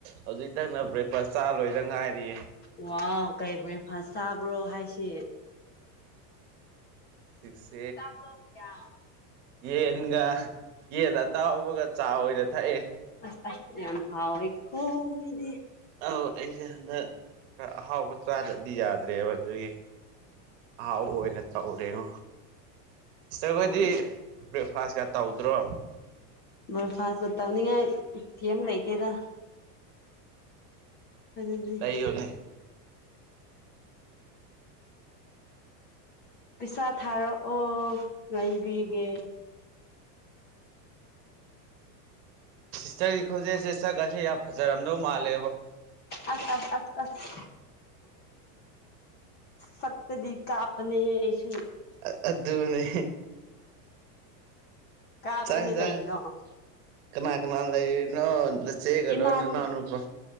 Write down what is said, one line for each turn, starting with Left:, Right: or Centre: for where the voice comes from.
Right: ꯍꯧꯖꯤꯛꯇꯅ ꯕ꯭ꯔꯦꯛ ꯄ ꯆꯥ ꯂꯣꯏꯗ ꯉꯥꯏꯔꯤꯌꯦ
Left: ꯋꯥ ꯀꯩ ꯕ꯭ꯔꯦꯛꯐꯥꯁ ꯆꯥꯕꯔꯣ ꯍꯥꯏꯁꯤ
Right: ꯁꯤꯛꯁ
Left: ꯇꯥꯕ꯭ꯔꯣ ꯃꯌꯥꯝ
Right: ꯌꯦꯟꯒ ꯌꯦꯟ ꯑꯇꯥꯎꯕꯒ ꯆꯥ ꯑꯣꯏꯅ ꯊꯛꯑꯦ
Left: ꯑꯁ ꯑꯁ ꯌꯥꯝ ꯍꯥꯎꯋꯦꯀꯣ ꯃꯤꯗꯤ
Right: ꯑꯧ ꯑꯩꯁꯦ ꯍꯟꯗꯛ ꯈꯔ ꯑꯍꯥꯎꯕ ꯆꯥꯗꯔꯗꯤ ꯌꯥꯗ ꯗ꯭ꯔꯦꯕ ꯑꯗꯨꯒꯤ ꯑꯍꯥꯎꯕ ꯑꯣꯏꯅ ꯇꯧꯔꯦꯉꯣ ꯁꯤꯁꯇꯔꯈꯣꯏꯗꯤ
Left: ꯌꯥꯝ
Right: ꯕ꯭ꯔꯦꯛꯐꯥꯁꯀ ꯇꯧꯗ꯭ꯔꯣ
Left: ꯕ꯭ꯔꯦꯐꯥꯁꯀ ꯇꯧꯅꯤꯡꯉꯥꯏ ꯀꯦꯝ ꯂꯩꯇꯦꯗ ꯑꯗꯨꯗꯤ
Right: ꯂꯩꯌꯣꯅꯦ
Left: ꯄꯩꯁꯥ ꯊꯥꯔꯛꯑꯣ ꯂꯩꯕꯤꯒꯦ
Right: ꯁꯤꯁꯇꯔꯒꯤ ꯈꯣꯖꯦꯜꯁꯦ ꯁꯛꯀꯥꯁꯦ ꯌꯥꯝ ꯐꯖꯔꯝꯗꯧ ꯃꯥꯜꯂꯦꯕꯣ
Left: ꯑꯁ ꯑꯁ ꯑꯁ ꯑꯁ ꯁꯛꯇꯗꯤ ꯀꯥꯞꯄꯅꯦꯍꯦ ꯑꯩꯁꯨ
Right: ꯑꯠ ꯑꯗꯨꯅꯦ
Left: ꯀꯥꯞꯄꯅꯦ
Right: ꯆꯥꯛ ꯌꯦꯟꯁꯥꯡ
Left: ꯀꯩꯅꯣ
Right: ꯀꯅꯥ ꯀꯅꯥ ꯂꯩꯔꯤꯅꯣ ꯅꯥꯆꯦꯒꯔꯣ
Left: ꯏꯃꯥꯟ
Right: ꯅꯅꯥꯎꯅꯨꯄꯥ